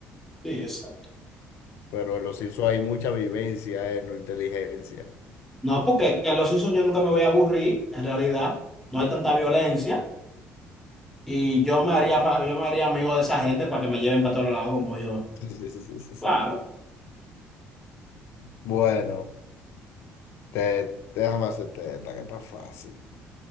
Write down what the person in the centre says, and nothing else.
Sí, exacto.
No, porque en Los Simpsons yo nunca me voy a aburrir, en realidad. No hay tanta violencia. Y yo me haría, fa- yo me haría amigo de esa gente para que me lleven para todos lados como yo.
Claro.